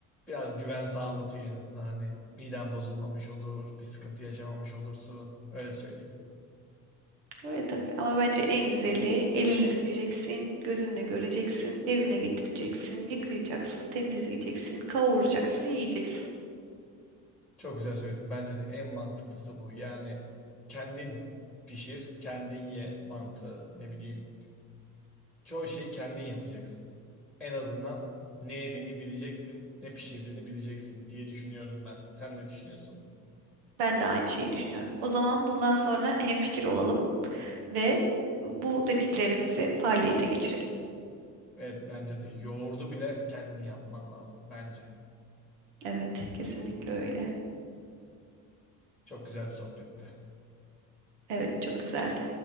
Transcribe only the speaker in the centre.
biraz güven sağlatıyor en azından. Hani miden bozulmamış olur, bir sıkıntı yaşamamış olursun. Öyle söyleyeyim.
Çok güzel söyledim. Bence de en mantıklısı bu. Yani kendin pişir, kendin ye mantığı. Ne bileyim. Çoğu şeyi kendin yapacaksın. en azından ne yediğini bileceksin, ne pişirdiğini bileceksin diye düşünüyorum ben. Sen ne düşünüyorsun?
Evet bence de yoğurdu bile kendin yapman lazım bence.
Çok güzel bir sohbetti.